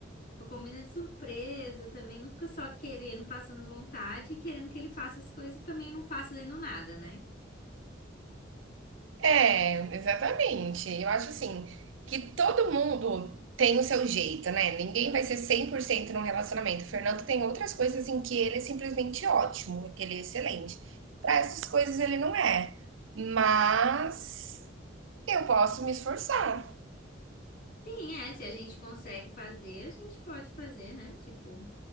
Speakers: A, on the left; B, on the right.
A: Fa- Combina de surpresa também, não fica só querendo, passando vontade e querendo que ele faça as coisas e também não faça fazendo nada, né?
B: É, exatamente. Eu acho assim, que todo mundo tem o seu jeito, né? Ninguém vai ser 100% num relacionamento. O Fernando tem outras coisas em que ele é simplesmente ótimo, que ele é excelente. Para essas coisas ele não é. Mas eu posso me esforçar.
A: Sim, é, se a gente consegue fazer, a gente pode fazer, né? Tipo,